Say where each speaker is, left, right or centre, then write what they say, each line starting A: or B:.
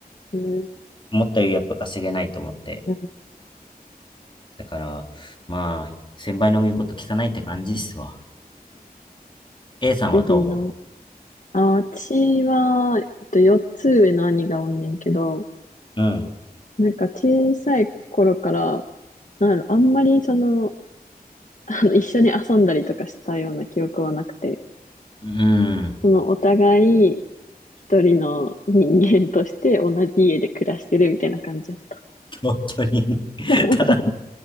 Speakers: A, on the left; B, on the left.
A: うん、
B: 思ったよりやっぱ稼げないと思って。
A: うん。
B: だから、まあ、先輩の言うこと聞かないって感じっすわ。A さんはど
A: ぜひな。あ、私は、えっと、4つ上の兄がおんねんけど、
B: ううん。
A: なんか小さい頃から、なんやろあんまりその、<laughs> あの一緒に遊んだりとかしたような記憶はなくて、
B: うん。
A: そのお互い一人の人間として同じ家で暮らしてるみたいな感じだった。
B: <laughs> 同居人 <laughs>
A: <laughs>
B: ただ、